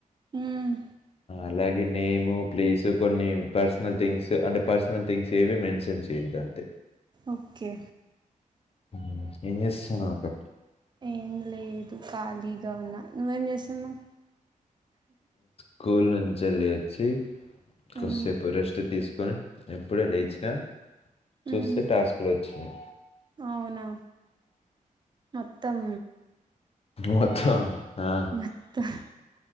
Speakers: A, on the right (about 30°); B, on the left (about 45°).
A: మ్మ్
B: అలాగే నేము ప్లేసు కొన్ని పర్సనల్ థింగ్స్ అంటే పర్సనల్ థింగ్స్ ఏవి మెన్షన్ చేయొద్దు అంతే
A: ఓకే
B: ఉమ్ ఏం చేస్తున్నావ్ అక్క
A: ఏం లేదు ఖాళీగా ఉన్న నువ్వు ఏం చేస్తున్నావ్
B: స్కూల్ నుంచి వెళ్ళి వచ్చి కొద్దిసేపు
A: మ్మ్
B: రెస్ట్ తీసుకొని ఎప్పుడే లేచినా చూస్తే
A: మ్మ్
B: టాస్క్లు వచ్చినాయి
A: అవునా మొత్తం
B: మొత్తా ఆ
A: మొత్తం